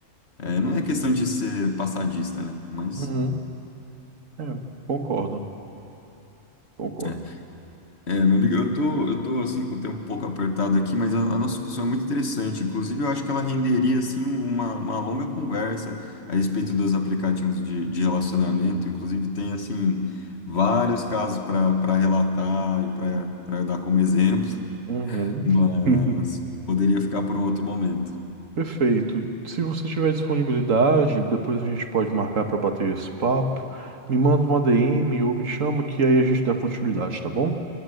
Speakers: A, on the left; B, on the right.
A: é, não é questão de ser passadista, né? Mas.
B: uhum. É, concordo, concordo.
A: é, É, meu amigo, eu tô, eu tô assim com o tempo um pouco apertado aqui, mas a, a nossa discussão é muito interessante. Inclusive, eu acho que ela renderia assim uma, uma longa conversa a respeito dos aplicativos de, de relacionamento. Inclusive, tem assim vários casos para para relatar e para para dar como exemplo,
B: Uhum.
A: mas
B: <laughs>
A: poderia ficar por um outro momento.
B: Perfeito. Se você tiver disponibilidade, depois a gente pode marcar para bater esse papo. Me manda uma DM ou me chama que aí a gente dá continuidade, tá bom?